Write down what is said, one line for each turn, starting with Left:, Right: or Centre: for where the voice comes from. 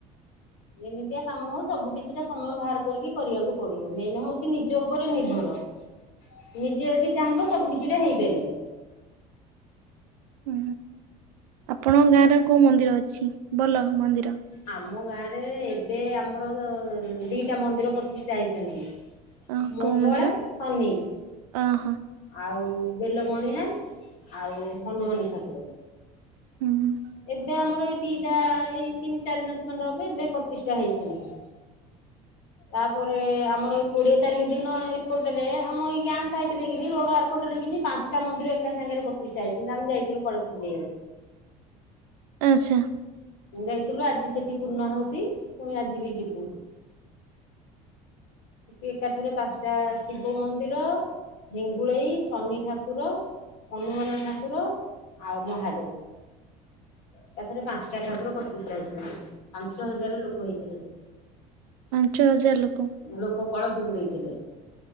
Left: ଯେମିତିଆ କାମ ହଉ ସବୁ କିଛିଟା ସମୟ ବାହାର କରିକି କରିବାକୁ ପଡିବ ମେନ ହଉଚି ନିଜ ଉପରେ ନିର୍ଭର। ନିଜେ ଯଦି ଚାହିଁବ ସବୁ କିଛିଟା ହେଇପାରିବ।
Right: ହୁଁ ଆପଣଙ୍କ ଗାଁରେ କୋଉ ମନ୍ଦିର ଅଛି ଭଲ ମନ୍ଦିର?
Left: ଆମ ଗାଁରେ ଏବେ ଆମର ଦିଟା ମନ୍ଦିର ପଚିଷ୍ଟା ହେଇଚନ୍ତି।
Right: ଅ
Left: ମଙ୍ଗଳା,
Right: କୋଉ ମନ୍ଦିର
Left: ଶନି।
Right: ଓହୋ
Left: ଆଉ ବେଲବଣିଆ ଆଉ ହନୁମାନ ଠାକୁର।
Right: ହୁଁ।
Left: ଏବେ ଆମର ଏଇ ଦିଟା ଏଇ ତିନି ଚାରି ମାସ ଖଣ୍ଡ ହବ ଏବେ ପଚିଷ୍ଟା ହେଇଚନ୍ତି। ତାପରେ ଆମର ଏ କୋଡିଏ ତାରିଖ ଦିନ ଏପଟରେ ଆମ ଏଇ ଗାଁ ସାଇଟି ରେ କିନି ରୋଡ ଆର ପଟରେ କିି ପାଞ୍ଚଟା ମନ୍ଦିର ଏକା ସାଙ୍ଗରେ ପ୍ରତିଷ୍ଟା ହେଇଚନ୍ତି ଆମେ ଯାଇଥିଲୁ କଳସ ବୁଡେଇବାକୁ।
Right: ଆଚ୍ଛା।
Left: ଯାଇଥିଲୁ ଆଜି ସେଠି ପୂର୍ଣ୍ଣାହୁତି ପୁଣି ଆଜି ବି ଯିବୁ। ସେଠି ଏକାଥରେ ପାଞ୍ଚଟା ଶିବ ମନ୍ଦିର ହେଙ୍ଗୁଳେଇ, ଶନି ଠାକୁର ହନୁମାନ ଠାକୁର ଆଉ ମହାଦେବ। ଏକାଥରେ ପାଞ୍ଚଟା ଠାକୁର ପ୍ରତିଷ୍ଟା ହେଇଚନ୍ତି। ପାଞ୍ଚ ହଜାର ଲୋକ ହେଇଥିଲେ ସେଠି।
Right: ପାଞ୍ଚ ହଜାର ଲୋକ?
Left: ଲୋକ କଳସ ବୁଡେଇଥିଲେ।